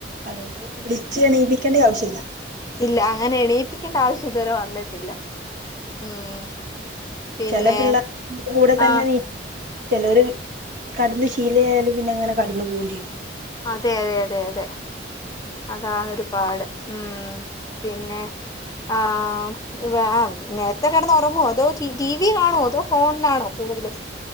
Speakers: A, on the right (about 45°); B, on the left (about 20°).
A: അതുകൊണ്ട് വിളിച്ച് എണീപ്പിക്കണ്ടിയ ആവശ്യം ഇല്ല-
B: ഇല്ല അങ്ങനെ എണീപ്പിക്കണ്ട ആവശ്യം ഇതുവരെ വന്നിട്ടില്ല. ഉം- പിന്നെ
A: ചെല പിള്ളേ <inaudible> കൂടെ തന്നെ
B: ആഹ്
A: നീ <inaudible> ചെലോര്- കടന്ന് ശീലയായാല് പിന്നെ അങ്ങനെ കടന്നു പോവും ചെയ്യും-
B: അതെ അതെ അതെ അതെ അതാണ് ഒരു പാട്. ഉം- പിന്നെ- ആ ഇവ ആ നേരത്തെ കിടന്ന് ഒറങ്ങോ അതോ ടി ടി വി കാണോ അതോ ഫോണിലാണോ കൂടുതലും-